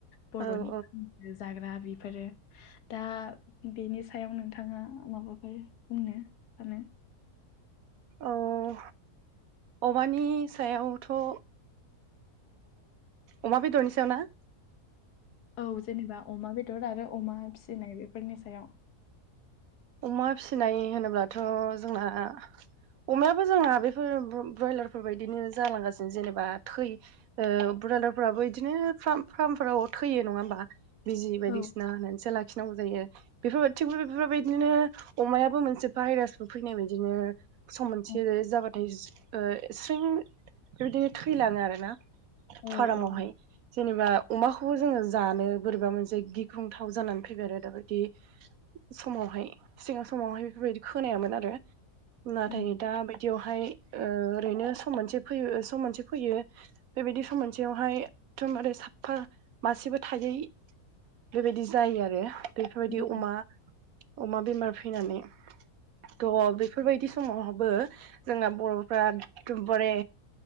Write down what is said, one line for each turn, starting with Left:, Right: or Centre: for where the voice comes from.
Left: बर'नि
Right: औ
Left: जाग्रा बेफोरो दा बेनि सायाव नोंथाङा माबाफोर बुंनो सानो
Right: औ औ अमानि सायावथ ओ अमा बेदरनि सायावना
Left: औ जेनेबा अमा बेदर आरो अमा फिसिनाय बेफोरनि सायाव
Right: अमा फिसिनाय होनोब्लाथ जोंना अमायाबो जोंहा बेफोर ब्रयलारफोरबायदिनो जालांगासिनो जेनेबा थै ओ ब्रयलारफ्राबो बिदिनो फार्मफोराव थैयो नङा होमबा बिजि बायदिसिना
Left: औ
Right: होननानैसो लाखिनांगौ जायो बेफोरबायदि थिग बेफोरबायदि नो अमायाबो मोनसे भायरासबो फैनाय बायदिनो सम मोनसे
Left: औ
Right: जाबाथाय ओ स्रिं बेबायदिनो थैलाङो आरोना
Left: औ
Right: फार्मआवहाय
Left: औ
Right: जेनेबा अमाखौबो जोङो जानो बोरैबा मोनसे गिख्रंथाव जानानै फैबाय आरो दाबादि समावहाय सिगां समावहाय बेफोरबायदि खोनायामोन आरो नाथाय
Left: औ
Right: दा बेयावहाय ओरैनो सम मोनसे फैयो सम मोनसे फैयो बेबायदि सम मोनसेयावहाय एदमबारे साफा मासेबो थायै बेबायदि जायो आरो बेफोरबायदि
Left: नंगौ
Right: अमा अमा बेमार फैनानै थ बे बेफोरबायदि समावहाबबो जोंना बर'फ्रा एदमबारे